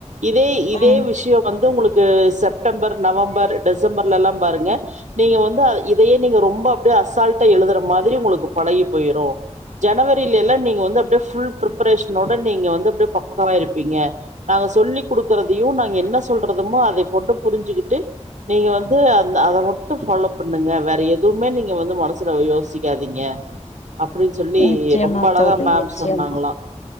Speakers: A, on the right; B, on the left.
A: இதே இதே
B: ம்
A: விஷயோ வந்து உங்களுக்கு செப்டம்பர் நவம்பர் டிசம்பர்ல எல்லா பாருங்க நீங்க வந்து இதையே நீங்க ரொம்ப அப்படியே அசால்ட்டா எழுதுற மாதிரி உங்களுக்கு பழகி போயிரு ஜனவரில எல்லா நீங்க வந்து அப்படியே ஃபுல் ப்ரிப்பரேஷனோட நீங்க வந்து அப்டியே பக்காவா இருப்பீங்க நாங்க சொல்லி குடுக்கறதையு நாங்க என்ன சொல்றதமோ அதை போட்டு புரிஞ்சுகிட்டு நீங்க வந்து அந்த அதை மட்டு ஃபாலோ பண் பண்ணுங்க வேற எதுவுமே நீங்க வந்து மனசுல யோசிக்காதீங்க அப்டின்னு சொல்லி
B: நிச்சயமா
A: ரொம்ப அழகா
B: தோழி
A: மேம்
B: நிச்சயமா
A: சொன்னாங்களா